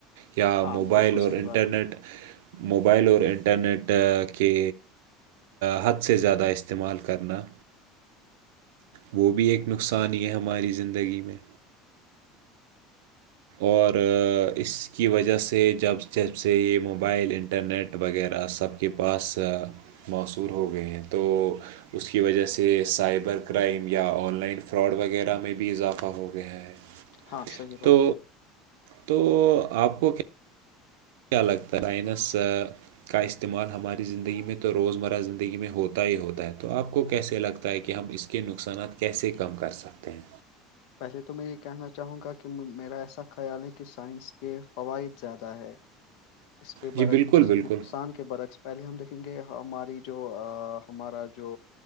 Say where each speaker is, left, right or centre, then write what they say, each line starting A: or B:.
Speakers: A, on the right; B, on the left.
A: یا
B: ہاں
A: موبائل
B: بالکل
A: اور
B: صحیح
A: انٹرنیٹ
B: بات ہے
A: موبائل اور انٹرنیٹ کے حد سے زیادہ استعمال کرنا وہ بھی ایک نقصان یہ ہماری زندگی میں اور اس کی وجہ سے جب جب سے یہ موبائل انٹرنیٹ وغیرہ سب کے پاس موصور ہو گئے ہیں تو اس کی وجہ سے سائبر کرائم یا آن لائن فراڈ وغیرہ میں بھی اضافہ ہو گیا ہے
B: ہاں صحیح بات
A: تو
B: ہے
A: تو آپ کو کیا کیا لگتا ہے رائنس کا استعمال ہماری زندگی میں تو روزمرہ زندگی میں ہوتا ہی ہوتا ہے تو آپ کو کیسے لگتا ہے کہ ہم اس کے نقصانات کیسے کم کر سکتے ہیں
B: پہلے تو میں یہ کہنا چاہوں گا کہ میرا ایسا خیال ہے کہ سائنس کے فوائد زیادہ ہے اس کے
A: جی
B: برعک
A: بالکل بالکل
B: نقصان کے برعکس پہلے ہم دیکھیں گے ہماری جو ہمارا جو